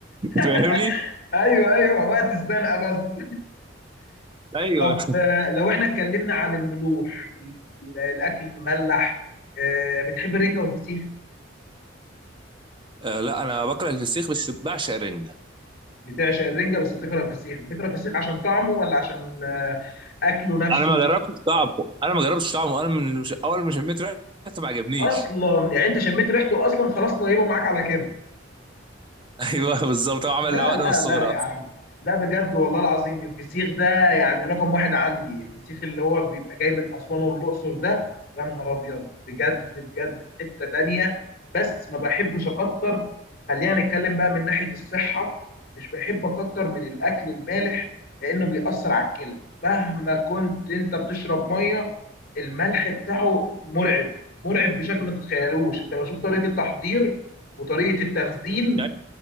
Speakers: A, on the right; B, on the left.
A: فاهمني
B: <laughs> ايوه ايوه وقت الزنقه بس <laughs>
A: ايوه
B: طب آه، لو احنا اتكلمنا عن الملوح ال- الاكل المملح آه، بتحب الرنجه والفسيخ
A: آه لا انا بكره الفسيخ بس بعشق الرنجه
B: بتعشق الرنجه بس بتكره الفسيخ بتكره الفسيخ عشان طعمه ولا عشان آه، اكله نفسه
A: انا ما جربتش طعمه انا ما جربتش طعمه انا من مش... اول ما شميت ريحته ما عجبنيش
B: اصلا يعني انت شميت ريحته اصلا خلاص طيبه معاك على كده
A: <laughs> ايوه بالظبط هو عمل
B: لا
A: لي عقده
B: لا
A: من الصغر
B: لا يا عم لا بجد والله العظيم الفسيخ ده يعني رقم واحد عندي الفسيخ اللي هو بيبقى جاي من أسوان والأقصر ده يا نهار أبيض بجد بجد في حتة تانية بس ما بحبش أكتر خلينا نتكلم بقى من ناحية الصحة مش بحب أكتر من الأكل المالح لأنه بيأثر على الكلى مهما كنت أنت بتشرب مية الملح بتاعه مرعب مرعب بشكل ما تتخيلوش أنت لو شفت طريقة التحضير وطريقة التخزين
A: اصلا